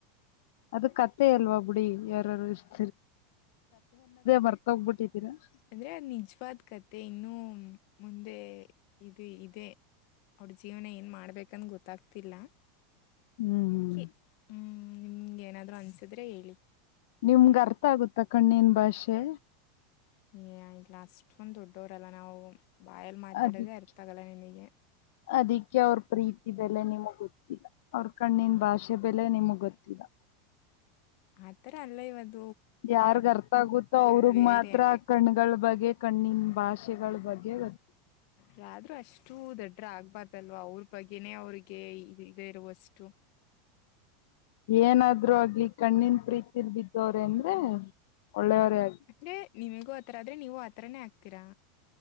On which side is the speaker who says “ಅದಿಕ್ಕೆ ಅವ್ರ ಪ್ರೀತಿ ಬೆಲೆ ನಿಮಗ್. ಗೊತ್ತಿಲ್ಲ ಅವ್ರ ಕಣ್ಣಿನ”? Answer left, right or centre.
Left